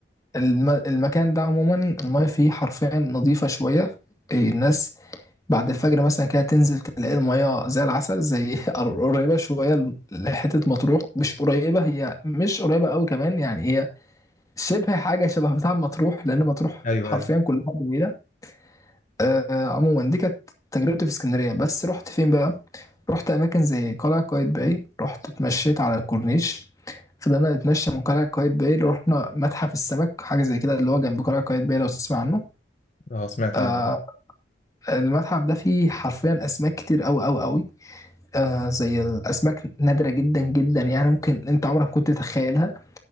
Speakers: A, on the left; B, on the left.
A: الم... المكان ده عموما المايه فيه حرفيا نظيفة شوية آه، الناس بعد الفجر مثلا كده تنزل تلاقي المية زي العسل زي <laughs> قريبة شوية لحتة مطروح مش قريبة هي مش قريبة أوي كمان يعني هي شبه حاجة شبه بتاع مطروح لأن مطروح
B: ايوه
A: حرفيا
B: ايوه
A: كلها جميلة آه عموما دي كانت تجربتي في اسكندرية بس رحت فين بقى؟ رحت أماكن زي قلعة قايتباي رحت اتمشيت على الكورنيش فضلنا نتمشى من قلعة قايتباي رحنا متحف السمك حاجة زي كده اللي هو جنب قلعة قايتباي لو تسمع عنه
B: اه سمعت
A: آه
B: عنه ده
A: المتحف ده فيه حرفيا أسماك كتير أوي أوي أوي آه زي الأسماك نادرة جدا جدا يعني ممكن أنت عمرك كنت تتخيلها